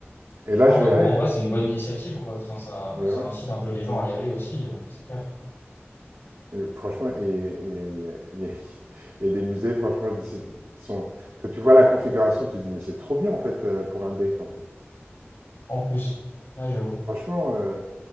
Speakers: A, on the right; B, on the left.
A: et là,
B: Non,
A: je
B: bah,
A: vais
B: je trouve,
A: aller
B: en vrai, c'est une bonne initiative, quoi. Enfin, ça,
A: ouais,
B: ça
A: ouais,
B: incite un peu les gens à y aller aussi, euh, c'est clair.
A: heu, franchement et et il y a il y a des musées, franchement, je dis c'est qui sont quand tu vois la configuration, tu te dis: «Mais c'est trop bien, en fait, heu, pour un date, en fait».
B: En plus, ouais, j'avoue.
A: Franchement, euh,